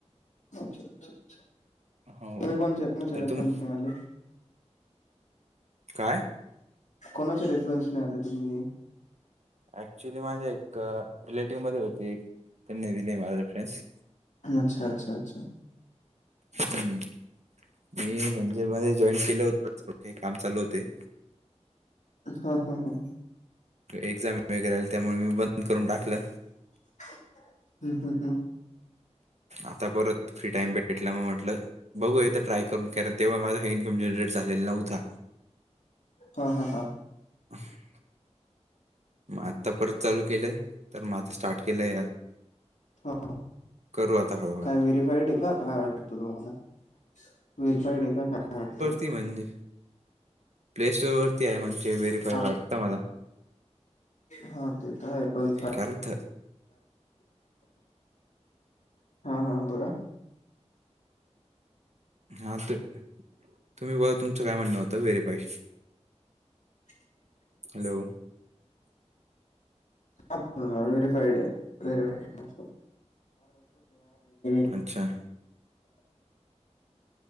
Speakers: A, on the left; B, on the right.
A: अच्छा अच्छा अच्छा.
B: हो.
A: तुम्ही कोणच्या कुणाच्या
B: तर
A: रेफरन्स
B: तुम
A: ने आले?
B: काय?
A: कोणाच्या रेफरन्सने आले तुम्ही?
B: ऍक्च्युली माझे एक अ रिलेटिव्ह मध्ये होते, त्यांनी दिले माझ रेफरन्स.
A: अच्छा अच्छा अच्छा.
B: हम्म मी म्हणजे माझ जॉईन केलं होत, काम चालू होते.
A: हा हा हा.
B: एक्झाम वगैरे आलत्या म्हणून मी बंद करून टाकल.
A: हम् हम् हम्
B: आता परत फ्री टाइम भेटला मग म्हटलं बघू एकदा ट्राय करून कारण तेव्हा माझा इन्कम जनरेट झालेला नव्हता.
A: हा हा हा.
B: <inaudible> मग आत्ता परत चालू केल, तर म आता स्टार्ट केल यार.
A: हा हा
B: करू आता हळूहळू.
A: काय व्हेरीफाईड हाय का काय वाटत तुम्हाला व्हेरीफाईड हाय का काय वाटतं
B: ती म्हणजे प्ले स्टोर वरती आहे म्हणजे व्हेरीफाई
A: हा
B: वाटत मला
A: हा ते तर आहे पण
B: व्यर्थ
A: हा हा बोला
B: हा ते तुम्ही बोला तुमचं काय म्हणणं होतं verify
A: <inaudible>
B: hello
A: app verified hi verified अस <unintelligible>
B: अच्छा